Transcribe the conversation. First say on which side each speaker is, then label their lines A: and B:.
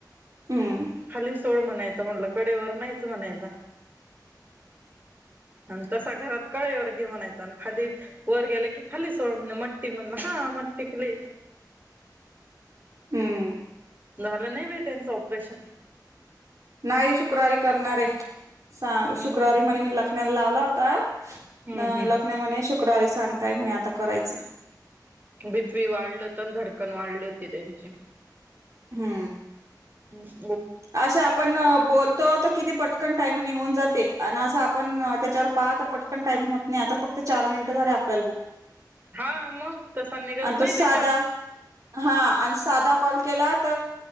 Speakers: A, on the right; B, on the right.
A: हम्म
B: खाली सोड म्हणायच म्हंटलं कडेवर नाहीयच. म्हणायचा आणि तसा घरात कळे वर घे म्हणायचा आणि खाली वर गेलं की खाली सोड म्हण मट्टी म्हणलं हा मट्टी खली.
A: हम्म.
B: झालं नाही बै त्यांचं ऑपरेशन.
A: नाही शुक्रवारी करणारे. सांग
B: हम्म
A: शुक्रवारी म्हणे मी लखनाला लावला होता. अ
B: हम्म हम्म
A: लखन्या मने शू शुक्रवारी सांगताय म्हणे आता करायचं.
B: बीपी वाढलं होतं आणि धडकन वाढली होती त्यांची.
A: हम्म.
B: हम्म.
A: असं आपण बोलतो तर किती पटकन टाईम निघुन जाते. आणि असं आपण त्याच्यावर पाहात पटकन टाईम होत नाही आता फक्त चार मिनिटं झाल्यात.
B: हा मग तसा निघत
A: आणि
B: नाही
A: तो साधा
B: त्याच्यावर
A: हा आणि साधा कॉल केला त